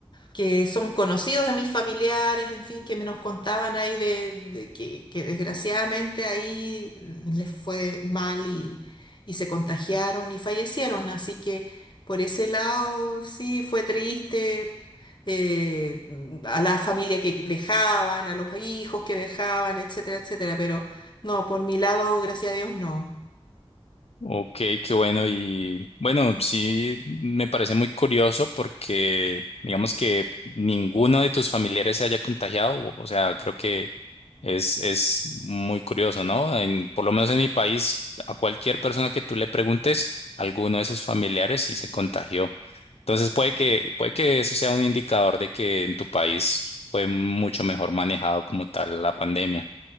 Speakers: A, on the left; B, on the left.
A: que son conocidos de mis familiares, en fin, que me nos contaban ahí de, de que, que desgraciadamente ahí mm, les fue mal y, y se contagiaron y fallecieron. Así que por ese lado sí fue triste. eh, a la familia que dejaban, a los hijos que dejaban, etcétera, etcétera. Pero no, por mi lado, gracias a Dios, no.
B: Ok, qué bueno. Y bueno, sí me parece muy curioso porque digamos que ninguno de tus familiares se haya contagiado. O o sea, creo que es, es muy curioso, ¿no? En, por lo menos en mi país, a cualquier persona que tú le preguntes, alguno de sus familiares sí se contagió. Entonces puede que, puede que eso sea un indicador de que en tu país fue mucho mejor manejado como tal la pandemia.